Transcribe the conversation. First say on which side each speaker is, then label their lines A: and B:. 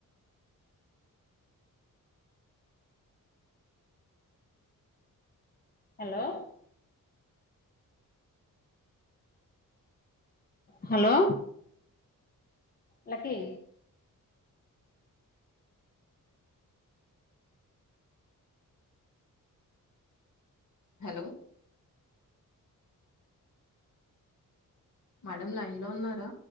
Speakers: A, on the left (about 30°); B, on the left (about 60°).
A: hello hello lucky
B: hello madam line లో ఉన్నారా